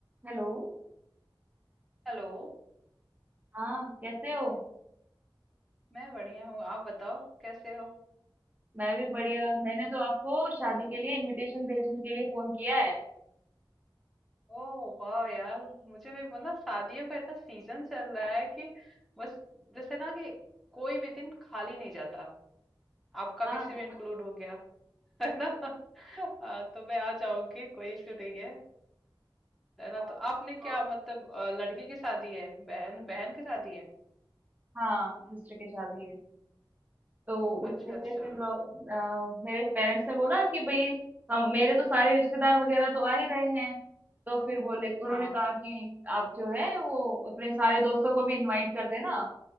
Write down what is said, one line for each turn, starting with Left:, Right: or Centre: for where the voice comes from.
Right: Hello
Centre: Hello
Right: हाँ कैसे हो
Centre: मैं बढ़िया हूँ आप बताओ कैसे हो
Right: मैं भी बढ़िया मैंने तो आपको शादी के लिए इनविटेशन भेजने के लिए फोन किया है
Centre: ओह वाह यार मुझे भी मतलब शादियों का इतना सीजन चल रहा है कि बस जैसे ना कि कोई भी दिन खाली नहीं जाता आपका
Right: हाँ
Centre: भी इसी
Right: उम,
Centre: में इंक्लूड हो गया है ना <laughs> हाँ, तो मैं आ जाऊंगी कोई इशू नहीं है है ना
Right: हाँ,
Centre: तो आपने क्या
Right: तो
Centre: मतलब अ, लड़की की शादी है बहन बहन की शादी है
Right: हाँ सिस्टर की शादी है तो उसके
Centre: अच्छा
Right: लिए
Centre: अच्छा
Right: फिर अ, अ, मेरे पेरेंट्स ने बोला कि भाई हम मेरे तो सारे रिश्तेदार वगैरह तो आ ही रहे हैं तो फिर बोले उन्होंने
Centre: हाँ
Right: कहा कि आप जो है वो अपने सारे दोस्तों को भी इनवाइट कर देना